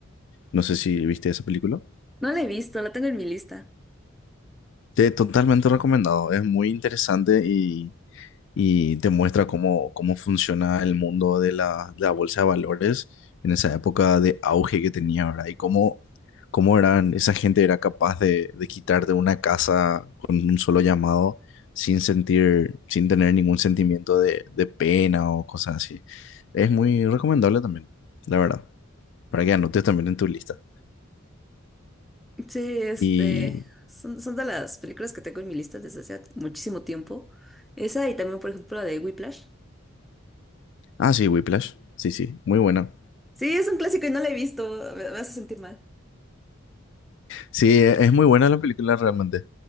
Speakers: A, on the left; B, in the centre.
A: No sé si viste esa película.
B: No la he visto, la tengo en mi lista.
A: Te, totalmente recomendado. Es muy interesante y y te muestra cómo, cómo funciona el mundo de la, de la bolsa de valores en esa época de auge que tenía, ¿verdad? Y cómo, cómo eran, esa gente era capaz de, de quitarte una casa con un solo llamado sin sentir, sin tener ningún sentimiento de, de pena o cosas así. Es muy recomendable también, la verdad, para que anotes también en tu lista.
B: Sí, este,
A: Y,
B: son, son de las películas que tengo en mi lista desde hace muchísimo tiempo. Esa y también, por ejemplo, la de Whiplash.
A: ah, sí, Whiplash, sí, sí, muy buena.
B: Sí, es un clásico y no la he visto, me, me hace sentir mal.
A: Sí, e- es muy buena la película realmente.